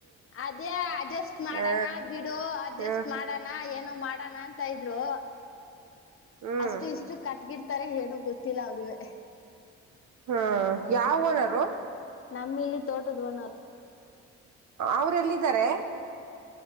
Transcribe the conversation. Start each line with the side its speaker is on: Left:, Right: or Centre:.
Left: ಅದೇ ಅಡ್ಜಸ್ಟ್ ಮಾಡಣ
Right: ಹ
Left: ಬಿಡು ಅಡ್ಜಸ್ಟ್
Right: ಹ್ಮ್
Left: ಮಾಡೋಣ ಏನೋ. ಮಾಡೋಣ ಅಂತ ಇದ್ರು.
Right: ಹ್ಮ್
Left: ಅಷ್ಟು ಇಷ್ಟು ಕಟ್ಗಿಡ್ತಾರ ಏನು ಗೊತ್ತಿಲ್ಲ ಅವ್ರುವೆ.
Right: ಹ್ಮ ಯಾವ ಊರರು.
Left: ನಮ್ಮ ಇಲ್ಲಿ ತೋಟದ ಓನರ್
Right: ಅವ್ರ ಎಲ್ಲಿದ್ದಾರೆ